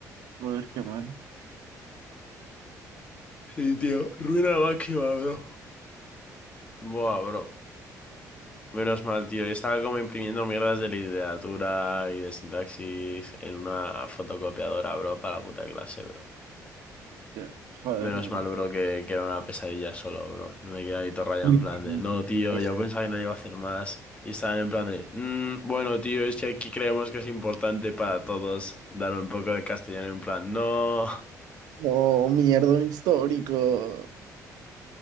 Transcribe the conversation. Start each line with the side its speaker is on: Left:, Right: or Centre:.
Right: joder, qué mal.
Left: Sí, tío, ruina máxima, bro. Buah, bro. Menos mal, tío. Yo estaba como imprimiendo mierdas de literatura y de sintaxis en una fotocopiadora, bro, para la puta clase, bro.
Right: Ya, Joder,
Left: Menos
Right: bro.
Left: mal, bro, que, que era una pesadilla solo, bro. Me quedé ahí todo rayado
Right: Literalmente.
Left: en plan de, no, tío,
Right: pesado.
Left: yo pensaba que no le iba a hacer más. Y estaban en plan de, "Mm, bueno, tío, es que aquí creemos que es importante para todos dar un poco de castellano en plan, no.
Right: No, mierda, un histórico.